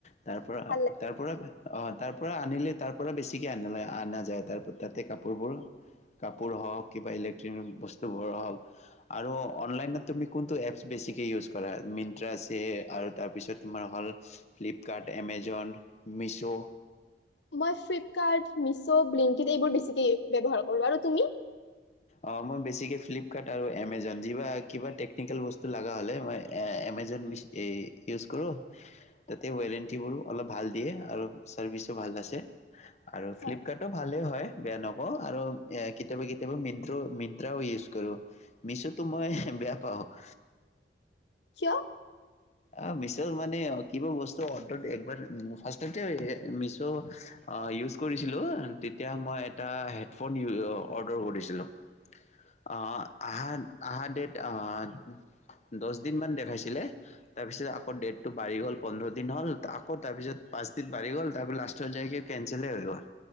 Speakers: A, on the left; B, on the left.
A: তাৰ পৰা-তাৰ-পৰা
B: ভাল লাগে
A: অ, তাৰ পৰা আনিলে তাৰ পৰা বেছিকে আনা-আনাযায় তাৰ-তাতে কাপোৰবোৰ কা কাপোৰ হওক কিবা ইলেক্ট্ৰনিক বস্তুবোৰো হওক আৰু অনলাইনত তুমি কোনটো এপছ বেছিকৈ ইউজ কৰা? মিন্ট্ৰা আছে আৰু তাৰপিছত তোমাৰ হ'ল ফ্লিপকাৰ্ট, এমেজন, মিছো।
B: মই ফ্লিপকাৰ্ট, মিছো, ব্লিংকিট এইবোৰ বেছকে ব্যৱহাৰ কৰো, আৰু তুমি?
A: অ, মই বেছিকে ফ্লিপকাৰ্ট আৰু এমেজন কিবা টেকনিকেল বস্তু লাগা হ'লে মই এ-এমেজন-ইউজ কৰো। তাতে ৱাৰেনটিবোৰো অলপ ভাল দিয়ে আৰু চাৰ্ভিছো ভাল আছে। আৰু
B: হয়।
A: ফ্লিপকাৰ্টো ভালে হয়। বেয়া ন অ, আৰু এ-কেতিয়াবা কেতিয়া <unintelligible> ত মিন্ত্ৰাও ইউজ কৰো। মিছোটো মই বেয়া পাওঁ। <inaudible>
B: কিয়?
A: অ, মিছোত মানে কিবা বস্তু অৰডাৰ-একবাৰ ফাৰ্চটতে এ-মিছো অ-ইউজ কৰিছিলো তেতিয়া মই এটা হেডফোন-অৰ্ডাৰ কৰিছিলো। অ, আহান আহা ডেট অ-দচ দিন মান দেখাইছিলে তাৰপিছত আকৌ ডেটটো বাঢ়ি গ'ল পোন্ধৰ দিন হ'ল আকৌ তাৰপিছত পাঁচদিন বাঢ়ি গ'ল তাৰপিছত লাষ্টত যায় কে কেনচেলে হৈ গ'ল।